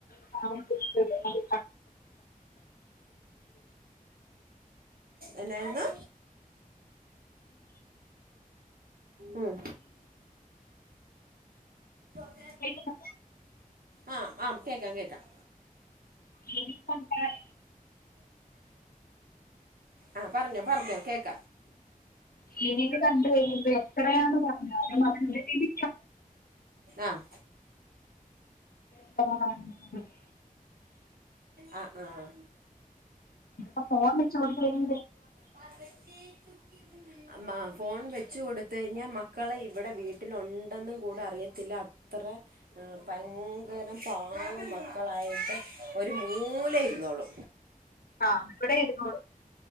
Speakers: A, on the left; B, on the right.
A: <unintelligible>
B: എന്നായിരുന്നു ഉം <unintelligible>
A: കേക്ക്ണ്ടാ
B: ആ ആം കേക്കാം കേക്കാം.
A: ടി വി കണ്ടാൽ
B: ആഹ് പറഞ്ഞോ പറഞ്ഞോ കേക്ക
A: ടി വി ല് കണ്ടുകഴിയുമ്പോ എത്രയാന്ന് പറഞ്ഞാലും അവന് ടി വി
B: ആഹ്
A: <inaudible>
B: ആ ആഹ്
A: ആ ഫോണ് വെച്ച് കൊടുക്കെന്
B: ഭഗത്തെ ചുക്കിട്ടുണ്ട് മാ ഫോൺ വെച്ച് കൊടുത്ത് കഴിഞ്ഞാ മക്കളെ ഇവിടെ വീട്ടിലുണ്ടെന്നും കൂടെ അറിയത്തില്ല ത്ര.. ആ ഭയങ്കരം പാവം മക്കളായിട്ട് ഒരു മൂലെ ഇരുന്നോളു.
A: ആ ഇവിടൊയിരുന്നോളും.